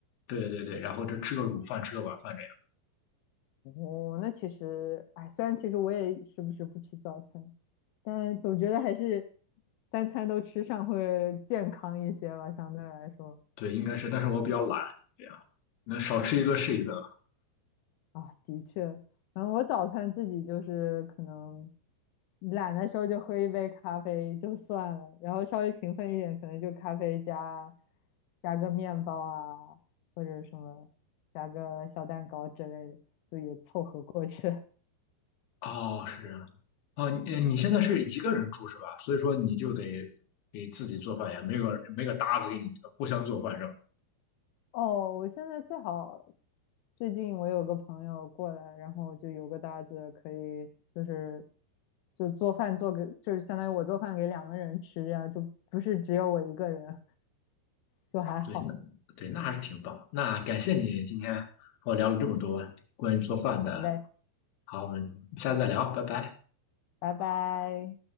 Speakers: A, on the left (about 60°); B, on the left (about 85°).
A: 对对对，然后就吃个午饭，吃个晚饭这样。
B: 哦，那其实，哎，虽然其实我也时不时不吃早餐，但总觉得还是三餐都吃上会健康一些吧，相对来说。
A: 对，应该是，但是我比较懒，这样那少吃一顿是一顿。
B: 哎啊，的确，反正我早餐自己就是可能懒的时候就喝一杯咖啡就算了，然后稍微勤奋一点，可能就咖啡加加个面包啊，或者什么加个小蛋糕之类的，就也凑合过去。<laughs>
A: 哦，是这样。啊，你呃你现在是一个人住是吧？所以说你就得给自己做饭呀，没有没个搭子给你互相做饭是吧？
B: 哦，我现在最好最近我有个朋友过来，然后就有个搭子可以，就是就做饭做给，就是相当于我做饭给两个人吃，这样就不是只有我一个人，就还好。
A: 对，那对那还是挺棒。那感谢你今天和我聊了这么多关于做饭的。
B: 好嘞，
A: 好，我们下次再聊，拜拜。
B: 拜拜。